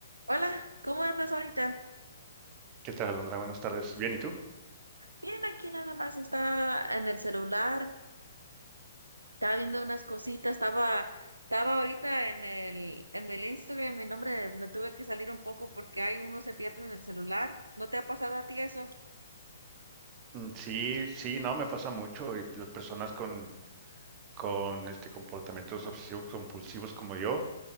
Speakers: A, on the right; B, on the right.
A: Hola, ¿cómo andas ahorita?
B: ¿Qué tal, Alondra? Buenas tardes. Bien, ¿y tú?
A: Bien, aquí nada más estaba en el celular, estaba viendo unas cositas, estaba, estaba ahorita en el, en el Instagram, mi nombre, me tuve que salir un poco porque hay uno se pierde en el celular. ¿No te ha pasado a ti eso?
B: Mm, Sí, sí, no, me pasa mucho y las personas con, con este comportamientos obsesivos compulsivos como yo,